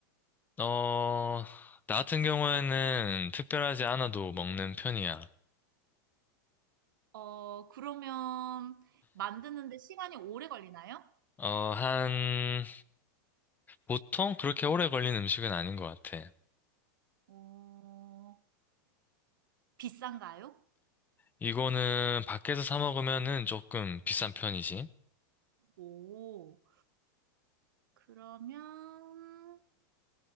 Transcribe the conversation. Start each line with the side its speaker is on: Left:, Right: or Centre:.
Left: 어, 나 같은 경우에는 특별하지 않아도 먹는 편이야.
Right: 어, 그러면 만드는데 시간이 오래 걸리나요?
Left: 어, 한, 보통 그렇게 오래 걸린 음식은 아닌 것 같아.
Right: 어, 비싼가요?
Left: 이거는 밖에서 사 먹으면은 조금 비싼 편이지.
Right: 오, 그러면